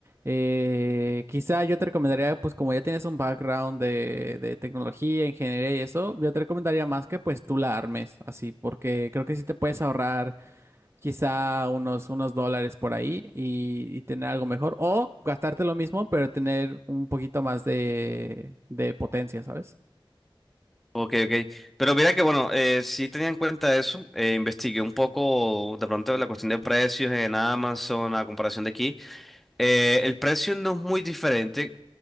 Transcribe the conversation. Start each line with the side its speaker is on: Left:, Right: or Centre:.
Right: Eh, quizá yo te recomendaría, pues como ya tienes un background de, de tecnología, ingeniería y eso, yo te recomendaría más que pues tú la armes, así, porque creo que sí te puedes ahorrar quizá unos, unos dólares por ahí y, y tener algo mejor. O gastarte lo mismo, pero tener un poquito más de, de potencia, ¿sabes?
Centre: Ok, ok. Pero mira que bueno, eh, sí tenía en cuenta eso. eh, investigué un poco de pronto la cuestión de precios en Amazon a comparación de aquí. Eh, el precio no es muy diferente.